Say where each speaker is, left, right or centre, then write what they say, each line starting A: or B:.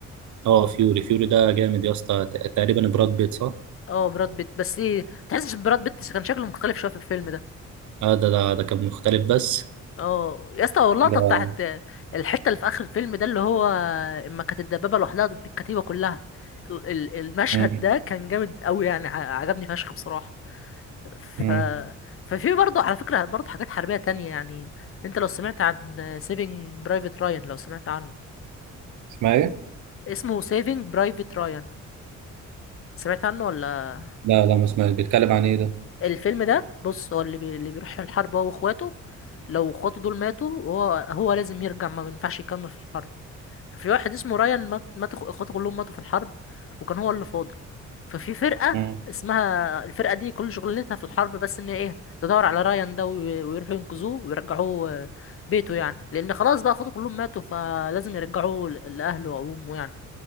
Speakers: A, on the right; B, on the left.
A: اه فيوري فيوري ده جامد يا اسطى ت- تقريبا براد بيت صح؟
B: اه براد بيت بس إيه، تحسش براد بيت كان شكله مختلف شويه في الفيلم ده
A: اه ده ده, ده كان مختلف بس
B: اه يا اسطى اللقطه
A: ده
B: بتاعت الحته اللي في اخر الفيلم ده اللي هو اما كانت الدبابه لوحدها ضد الكتيبه كلها ال- ال- المشهد
A: مم.
B: ده كان جامد قوي يعني ع- عجبني فشخ بصراحه ف
A: مم.
B: ففي برضه على فكره برضه حاجات حربيه تانية يعني انت لو سمعت عن سيفينج برايفت رايان لو سمعت عنه
A: اسمها ايه؟
B: اسمه سيفينج برايفت رايان سمعت عنه ولا
A: لا لا ما اسمعش بيتكلم عن ايه ده؟
B: الفيلم ده بص هو اللي, بي... اللي بيروح الحرب هو واخواته لو اخواته دول ماتوا هو هو لازم يرجع ما ينفعش يكمل في الحرب ففي واحد اسمه رايان مات مات أخو- اخواته كلهم ماتوا في الحرب وكان هو اللي فاضل ففي فرقة
A: مم.
B: اسمها الفرقة دي كل شغلتها في الحرب بس ان ايه تدور على رايان ده وي- ويروحوا ينقذوه ويرجعوه آه، بيته يعني لان خلاص بقى اخواته كلهم ماتوا فلازم يرجعوه ل- لأهله وأمه يعني